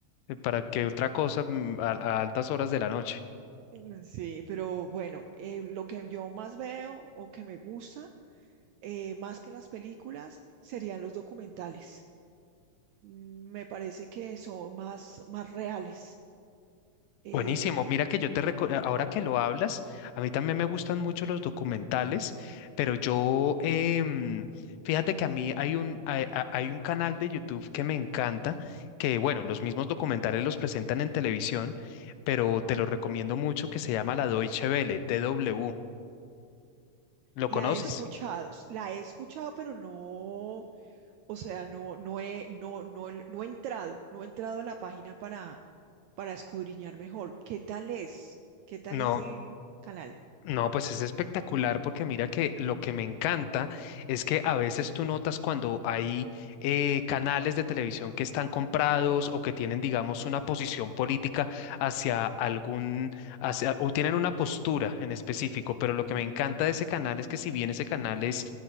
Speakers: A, on the left; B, on the right.
A: eh, para que otra cosa mm, a, a altas horas de la noche.
B: mm, sí, pero bueno, eh, lo que yo más veo o que me gusta, eh, más que las películas, serían los documentales. Mm, Me parece que son más, más reales. Eh,
A: Buenísimo, mira que yo te reco- ahora que lo hablas, a mí también me gustan mucho los documentales, pero yo, em, fíjate que a mí hay un, hay, a- hay un canal de YouTube que me encanta, que bueno, los mismos documentales los presentan en televisión, pero te lo recomiendo mucho, que se llama La Deutsche Welle, DW. ¿Lo
B: la
A: conoces?
B: he escuchado, la he escuchado, pero no. O sea, no, no he, no, no, he- no he entrado, no he entrado a la página para, para escudriñar mejor. ¿Qué tal es? ¿Qué tal
A: No.
B: es el canal?
A: No, pues es espectacular porque mira que lo que me encanta es que a veces tú notas cuando hay eh, canales de televisión que están comprados o que tienen, digamos, una posición política hacia algún, hacia, o tienen una postura en específico, pero lo que me encanta de ese canal es que si bien ese canal es